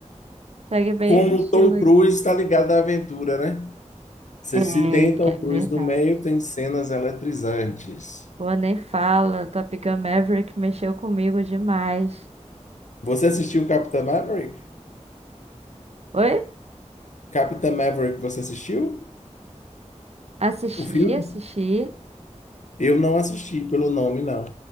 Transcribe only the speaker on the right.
Segue bem
esse estilo
aí.
É,
é
verdade.
Pô, nem fala. Top Gun Maverick mexeu comigo demais.
Oi?
Assisti,
assisti.